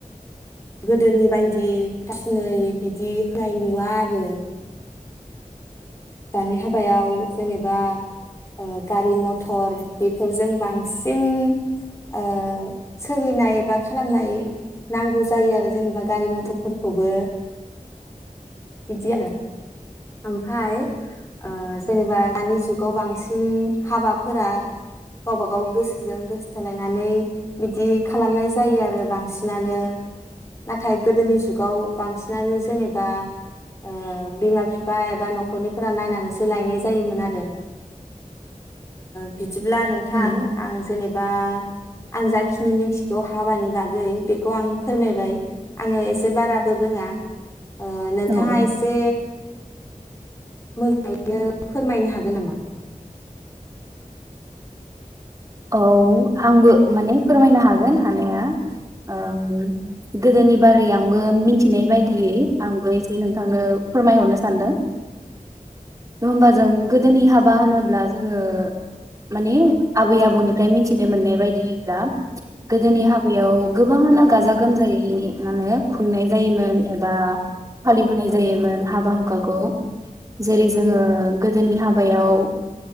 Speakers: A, on the left; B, on the right.
A: गोदोनि बायदि हाथासुनै बिदि होनाय नुवा आरो दानि हाबायाव। जेनेबा ओ गारि म टर बेफोरजों बांसिन ओ सोलिनाय एबा खालामनाय नांगौ। जायो आरो जेनेबा गारि मथरफोरखौबो बिदि आरो। ओमफाय जेनेबा दानि जुगाव बांसिन हाबाफोरा गावबा गाव गोसोजों गोसोथोलायनानै बिदि खालामनाय जायो आरो बांसिनानो। नाथाय गोदोनि जुगाव बांसिनानो जेनेबा ओ बिमा बिफा एबा न'खरनिफोरा नायनानैसो लायनाय जायोमोन आरो बि दिब्ला नोंथां
B: उम
A: आं जेनेबा आं जाखिनि मिथिगौ हाबानि बागै बेखौ आं फोरमायबाय आङो एसे बाराबो रोङा ओ नोंथाङा
B: औ औ
A: एसे मोजाङैनो फोरमायनो हागोन नामा?
B: औ आंबो माने फोरमायनो हागोन हानाया ओ गोदोनि बारै आंबो मिथिनाय बायदियै आंबो एसे नोंथांनो फोरमायहरनो सानदों होमबा जों गोदोनि हाबा होनोब्ला जोङो माने आबै आबौनिफ्राय मिथिनो मोननाय बायदिब्ला गोदोनि हाबायाव गोबाङानो गाजा गोमजायै माने खुंनाय जायोमोन एबा फालिबोनाय जायोमोन हाबा हुखाखौ जेरै जोङो गोदोनि हाबायाव